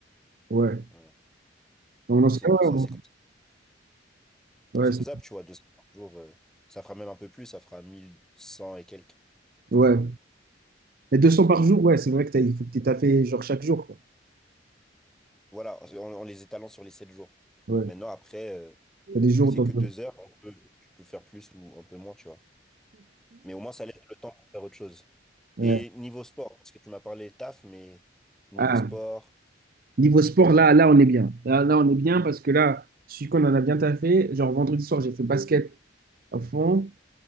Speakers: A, on the right; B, in the centre.
A: ouais.
B: Voilà.
A: Non, non,
B: Donc
A: c'est-
B: c'est pour
A: ouais,
B: ça,
A: ouais,
B: c'est comme ça.
A: ouais,
B: C'est
A: c'est-
B: faisable, tu vois, 200 par jour. euh, ça fera même un peu plus, ça fera 1100 et quelques.
A: ouais. Mais 200 par jour, ouais, c'est vrai que t'as, il faut que tu t'as fait genre, chaque jour, quoi.
B: Voilà, en, en les étalant sur les 7 jours.
A: Ouais.
B: Maintenant, après, euh,
A: T'as des jours,
B: vu que c'est
A: t'en
B: que 2 heures, on peut, tu peux faire plus ou un peu moins, tu vois. Mais au moins, ça laisse le temps pour faire autre chose.
A: Ouais.
B: Et niveau sport, parce que tu m'as parlé taf, mais niveau
A: Ah,
B: sport,
A: niveau sport, là, là, on est bien. Là, là, on est bien parce que là, je suis qu'on en a bien taffé. Genre, vendredi soir, j'ai fait basket à fond.